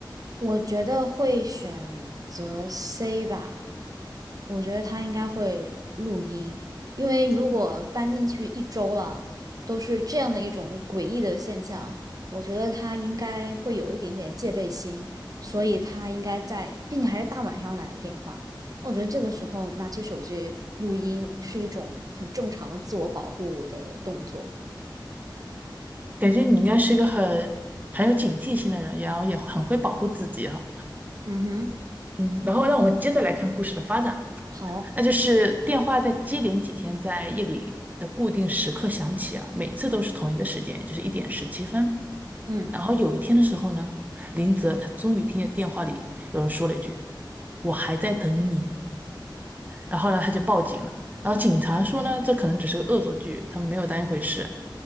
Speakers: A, on the right; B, on the right.
A: 我觉得会选择 C 吧。我觉得他应该会录音，因为如果搬进去一周了，都是这样的一种诡异的现象，我觉得他应该会有一点点戒备心，所以他应该在，并且还是大晚上来的电话。我觉得这个时候拿起手机录音是一种很正常的自我保护的动作。
B: 感觉你应该是一个很很有警惕性的人，然后也很会保护自己哈。
A: 嗯哼。
B: 嗯，然后让我们接着来看故事的发展。
A: 好，
B: 那就是电话在接连几天在夜里的固定时刻响起啊，每次都是同一个时间，就是一点十七分。
A: 嗯
B: 然后有一天的时候呢，林泽他终于听见电话里有人说了一句：“我还在等你。”然后呢，他就报警了。然后警察说呢，这可能只是个恶作剧，他们没有当一回事。